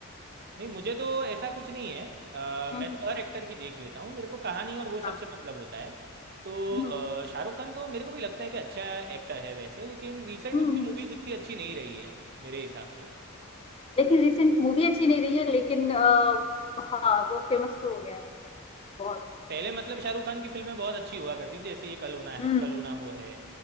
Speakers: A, on the right (about 50°); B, on the left (about 30°).
A: नहीं मुझे तो ऐसा कुछ नहीं है अ,
B: हम्म
A: मैं तो हर एक्टर की देख लेता हूँ मेरे को कहानी
B: अच्छा
A: और वो सबसे मतलब होता है तो
B: हम्म
A: अ, शाहरुख खान तो मेरे को भी लगता है कि अच्छा एक्टर है वैसे लेकिन रिसेंट
B: हम्म
A: उनकी
B: हम्म।
A: मूवीज इतनी अच्छी नहीं रही है मेरे हिसाब से
B: लेकिन रिसेंट मूवी अच्छी नहीं रही है लेकिन आ, हाँ वो फेमस तो हो गया है बंदा बहुत
A: पहले मतलब शाहरुख खान की फिल्में बहुत अच्छी हुआ करती थी जैसे ये कल होना
B: हम्म
A: है कल होना हो है